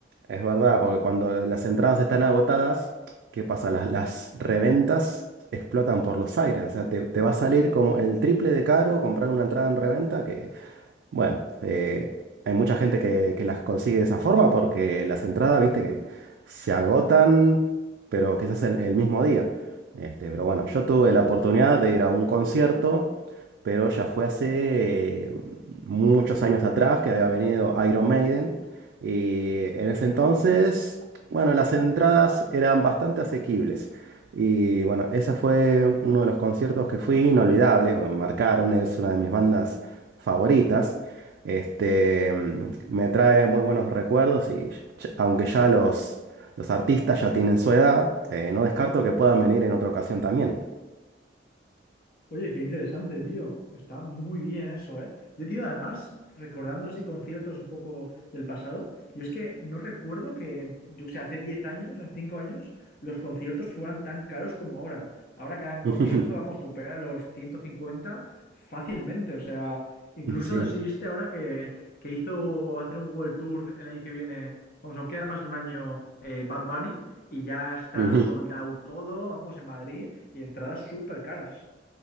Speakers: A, on the right (about 70°); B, on the left (about 50°).
A: Es verdad, porque cuando las entradas están agotadas, ¿qué pasa? Las, las reventas explotan por los aires. O sea, te, te va a salir como el triple de caro comprar una entrada en reventa Bueno, eh, hay mucha gente que, que las consigue de esa forma porque las entradas, viste, que se agotan, pero quizás el, el mismo día. Este, pero bueno, yo tuve la oportunidad de ir a un concierto pero ya fue hace eh, muchos años atrás que había venido Iron Maiden. Y en ese entonces, bueno, las entradas eran bastante asequibles. Y bueno, ese fue uno de los conciertos que fui inolvidable, porque me marcaron, es una de mis bandas favoritas. Este, mm, me trae muy buenos recuerdos y ch- aunque ya los, los artistas ya tienen su edad, eh, no descarto que puedan venir en otra ocasión también.
B: Oye, qué interesante, tío. Está muy bien eso, ¿eh? Yo, tío, además, recordando así conciertos un poco del pasado, yo es que no recuerdo que, yo que sé, hace 10 años, hace 5 años, los conciertos fueran tan caros como ahora. Ahora cada concierto,
A: <laughs>
B: vamos, supera los 150 fácilmente. O sea, incluso
A: Sí.
B: no sé si viste ahora que, que hizo hacer un World Tour el año que viene, vamos, aún queda más de un año eh, Bad Bunny, y ya está
A: <laughs>
B: sold out todo, vamos, en Madrid, y entradas súper caras.